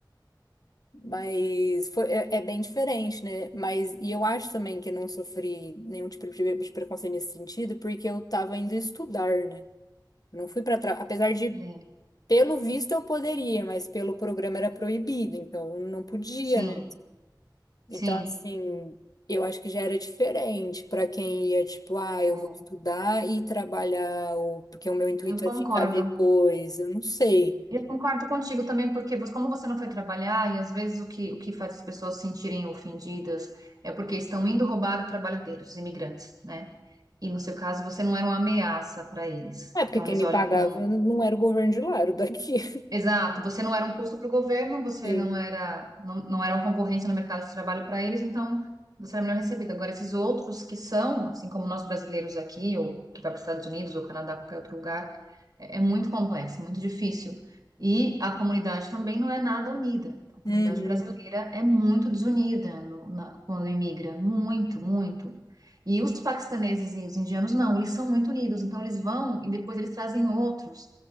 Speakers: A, on the left; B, on the right.
A: <laughs> mas foi, é, é bem diferente, né? Mas, e eu acho também que eu não sofri nenhum tipo de, de preconceito nesse sentido, porque eu tava indo estudar, né? Não fui pra trás. Apesar de,
B: É,
A: pelo visto, eu poderia, mas pelo programa era proibido, então não podia,
B: sim,
A: né?
B: sim.
A: Então, assim, eu acho que já era diferente para quem ia, tipo, ah, eu
B: É,
A: vou estudar e trabalhar, ou porque o meu intuito
B: Eu concordo.
A: é ficar depois, eu não sei.
B: Eu concordo contigo também, porque você- como você não foi trabalhar, e às vezes o que, o que faz as pessoas se sentirem ofendidas é porque estão indo roubar o trabalho deles, os imigrantes, né? E no seu caso, você não era uma ameaça para eles.
A: É porque
B: Então
A: quem
B: eles
A: me
B: olham
A: pagava
B: com.
A: não era o governo de lá, era o daqui. <laughs>
B: Exato, você não era um custo para o governo, você
A: Sim.
B: não era, não, não era uma concorrência no mercado de trabalho para eles, então você era melhor recebido. Agora, esses outros que são, assim como nós brasileiros aqui, ou que vai para os Estados Unidos, ou Canadá, qualquer outro lugar é é muito complexo, muito difícil. E a comunidade também não é nada unida. A comunidade
A: Uhum.
B: brasileira é muito desunida no- na- quando imigra, muito, muito. E os paquistaneses e os indianos não, eles são muito unidos. Então eles vão e depois eles trazem outros.